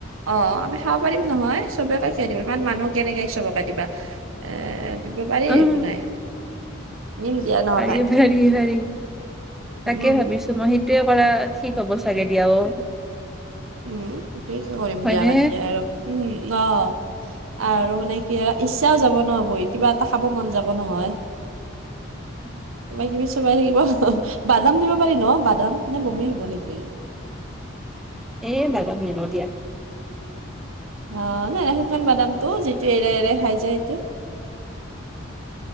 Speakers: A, on the right; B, in the centre.
A: অ আমি খাব পাৰিম নহয় সবকাকে খিয়াই দিব কাৰণ মানুহক কেনেকৈ আহিছে চবকে দিবা এ দিব পাৰি
B: উম
A: একো নাই নিম দিয়া নহ'লে।
B: পাৰি ভেৰি ভেৰি তাকে
A: উম,
B: ভাবিছ তোমাৰ সেইটোয়ে কৰা ঠিক হ'ব চাগে দিয়া অ
A: উম, সেটোৱেকে কৰিম
B: হয়নে?
A: দিয়া বাদ দিয়া আৰু উম, অ। আৰু মানে কি ইচ্ছাও যাব নহ বহি কিবা এটা খাব মন যাব নহয়।
B: <inaudible>
A: কিবা -কিবি চোবাই থাকিব বাদাম দিব পাৰি ন' বাদাম নে বমি হব নেকি?
B: এ বাদাম নিনো দিয়া
A: অ নাই শুকান বাদামতো যিটো এৰে এৰে খাই যায় সেইটো